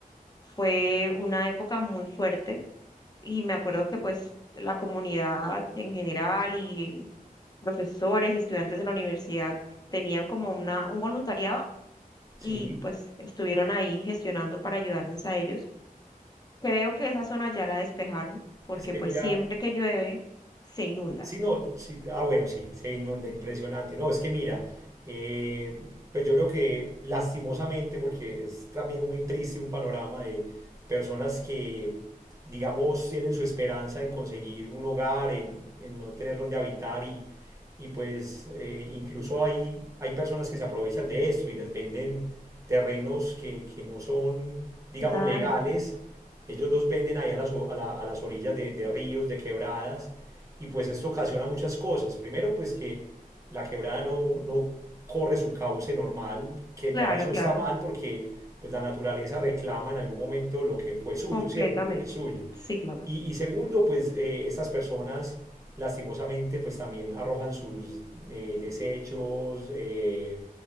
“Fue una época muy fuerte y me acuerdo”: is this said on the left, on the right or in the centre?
Left